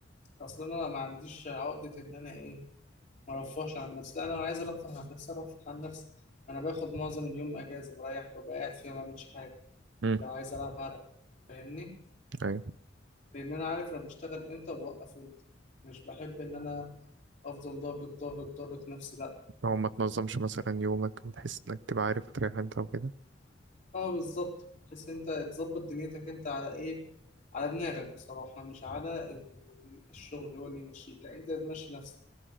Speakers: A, on the left (about 40°); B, on the right (about 65°).
A: اصل انا ما عنديش عقده ان انا ايه ما ارفهش عن نفسي لا انا لو عايز ارفه عن نفسي ارفه عن نفسي انا باخد معظم اليوم اجازه بريح ببقى قاعد فيها ما بعملش حاجه
B: امم
A: لو عايز العب هلعب فاهمني
B: أيوة
A: لان انا عارف انا بشتغل امتى وبوقف امتى مش بحب ان انا افضل ضاغط ضاغط ضاغط نفسي لا
B: لو ما تنظمش مثلا يومك وتحس إنك تبقى عارف تريح أنت وكده
A: اه بالظبط بحيث انت تظبط دنيتك انت على ايه على دماغك بصراحه مش على ال- الشغل هو اللي يمشيك لا انت تمشي نفسك